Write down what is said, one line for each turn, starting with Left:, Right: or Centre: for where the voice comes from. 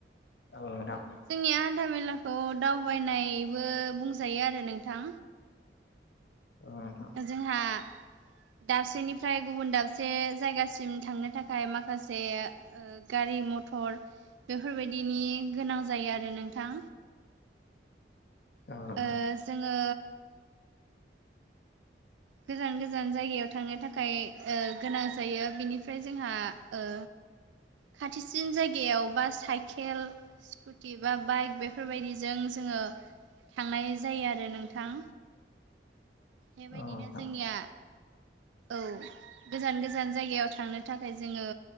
Left: औ नोंथां।
Right: जोंनिया हान्था मेलाखौ दावबायनायबो बुंजायो आरो नोंथां।
Left: औ नोंथां।
Right: जोंहा दाबसेनिफ्राय गुबुन दाबसे जायगासिम थांनो थाखाय माखासे ओ गारि मथर बेफोरबायदिनि गोनां जायो आरो नोंथां।
Left: औ नोंथां
Right: ओ जोङो गोजान गोजान जायगायाव थांनो थाखाय ओ गोनां जायो बिनिफ्राय जोंहा ओ खाथिसिन जायगायाव बा साइकेल स्क स्कुटि बा बाइक बेफोरबायदिजों जोङो थांनाय जायो आरो नोंथां। बेबायदिनो
Left: औ नोंथां
Right: जोंनिया औ गोजान गोजान जायगायाव थांनो थाखाय जोङो